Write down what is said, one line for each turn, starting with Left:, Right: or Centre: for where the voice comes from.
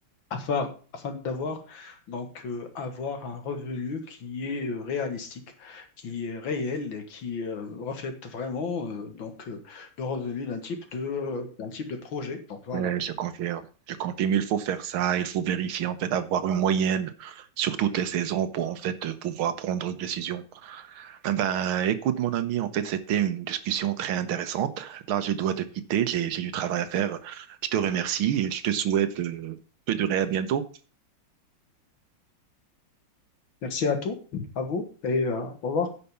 Left: afin, afin d'avoir donc euh, avoir un revenu qui est euh, réalistique, qui est réel et qui euh, reflète vraiment euh, donc euh, le revenu d'un type de d'un type de projet. Donc voilà.
Right: Ouais, je confirme. Je confirme, il faut faire ça. Il faut vérifier, en fait, avoir une moyenne sur toutes les saisons pour, en fait, euh, pouvoir prendre une décision Eh Ben, écoute, mon ami, en fait, c'était une discussion très intéressante. Là, je dois te quitter, j'ai, j'ai du travail à faire. Je te remercie et je te souhaite euh, de durer à bientôt.
Left: Merci à tous, à vous et euh, au revoir.